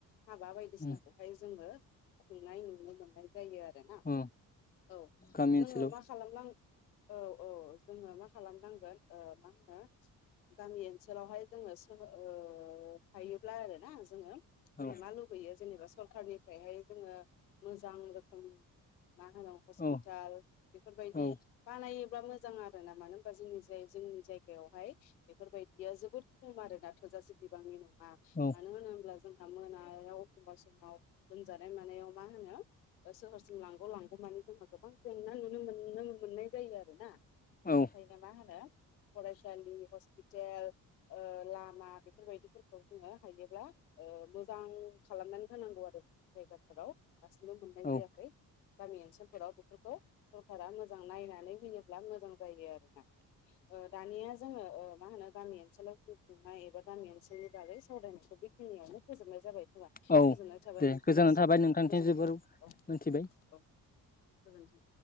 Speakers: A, on the left; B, on the left.
A: हाबा बायदिसिनाखौहाय
B: उम
A: जोङो खुंनाय नुनो मोननाय जायो आरोना
B: अ
A: औ
B: गामि
A: जोङो
B: ओनसोलाव
A: मा खालामनां औ अ जोङो मा खालामनांगोन ओ मा होनो गामि ओसोल ओनसोलावहाय जोङो सोलों ओ थायोब्ला आरो ना जोङो जोङो
B: औ
A: मा लुबैयो जेनेबा सरखारनिफ्रायहाय जोङो मोजां रोखोम मा होनो हस्पिटाल
B: औ
A: बेफोरबायदि
B: औ
A: बानायोब्ला मोजां आरो ना मानो होनबा जोंनिजाय जोंनि जायगायावहाय बेफोरबायदिया जोबोद खम आरो दा थोजासे बिबांनि नङा
B: औ
A: मानो होनोब्ला जों ना मोनायाव एखमबा समाव लोमजानाय मानायाव मा होनो सोहोरसिम लांगौ लांगौ मानि जोंहा गोबां जेंना नुनो मोननो मोननाय जायो आरो ना बेनिखायनो
B: औ
A: मा होनो फरायसालि हस्पिटेल ओ लामा बेफोरबायदिफोरखौ जोङो हायोब्ला ओ मोजां खालामनानै होनांगौ आरो <unintelligible> जायगाफोराव आथिखाल नुनो मोननाय
B: औ
A: जायाखै गामि ओनसोलफोराव बेफोरखौ सरकारा मोजां नायनानै होयो ब्ला मोजां जायो आरोना ओ दानिया जोङो ओ मा होनो गामि ओनसोलाव जिउ खुंनाय एबा गामि ओनसोलनि बागै सावराय बेखिनियावनो फोजोबनाय जाबाय खोमा गोजोननाय
B: औ
A: थाबाय
B: दे
A: नोंथांनिसिम
B: गोजोननाय थाबाय नोंथांनिथिं
A: गोजोनथों।
B: जोबोर
A: औ औ
B: मोनथिबाय
A: औ गोजोनथों।